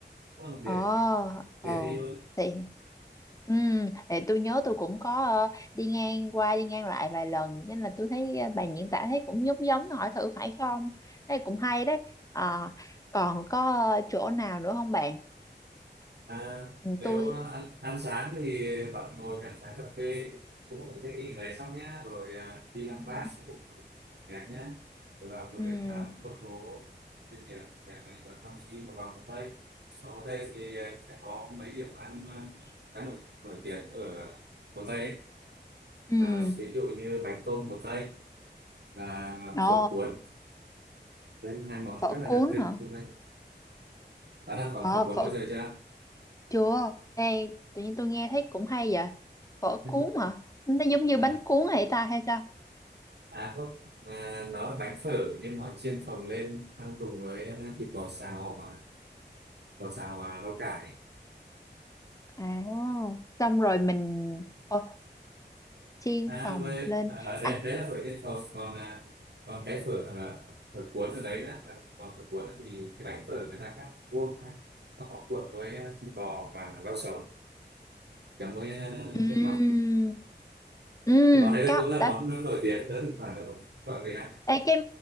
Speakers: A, on the right; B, on the left.
A: cũng là một
B: Ờ.
A: điểm để
B: Ờ.
A: đi luôn
B: Thì Ừ, thì tôi nhớ tôi cũng có ờ, đi ngang qua đi ngang lại vài lần cho nên là tôi thấy ờ, bạn diễn tả thấy cũng giống giống hỏi thử phải không? Thế cũng hay đấy. Ờ, còn có ờ, chỗ nào nữa không bạn?
A: À,
B: Ừ,
A: nếu
B: tôi
A: à, ăn ăn sáng thì bạn ngồi cạnh trái cà phê cũng có thể ý đấy xong nhá rồi à, đi
B: Ừ.
A: ăn bát cũng đẹp nhá rồi vào vừa
B: ừ
A: bách thảo một số địa điểm để này rồi xong đi một vòng hồ tây ở hồ tây thì à, sẽ có mấy điểm ăn à, khá nổi, nổi tiếng ở hồ tây ấy.
B: ừ
A: À, ví dụ như bánh tôm hồ tây và
B: ồ
A: phở cuốn đây là hai món
B: phở
A: rất là
B: cuốn
A: đặc trưng
B: hả
A: trong đây bạn ăn có
B: ờ
A: phở cuốn
B: phở
A: bao giờ chưa
B: chưa đây tự nhiên tôi nghe thấy cũng hay vậy phở
A: <laughs>
B: cuốn hả nó giống như
A: À,
B: bánh cuốn hay ta hay sao
A: à không mà nó là bánh phở nhưng mà họ chiên phồng lên ăn cùng với à, thịt bò xào và bò xào và rau cải
B: à xong rồi mình ồ, chiên
A: à
B: phồng
A: với
B: lên
A: à, đó,
B: à,
A: đấy, đấy là phở chiên phồng còn à, còn cái phở à, phở cuốn ở đấy là là- còn phở cuốn thì cái bánh phở người ta cắt vuông ra và họ cuộn với à, thịt bò và rau sống chấm với à,
B: ừm,
A: nước mắm
B: ừm,
A: món đấy là
B: có
A: cũng là
B: đã
A: món nổi tiếng tới thỉnh thoảng được gọi người ăn
B: Ê, cái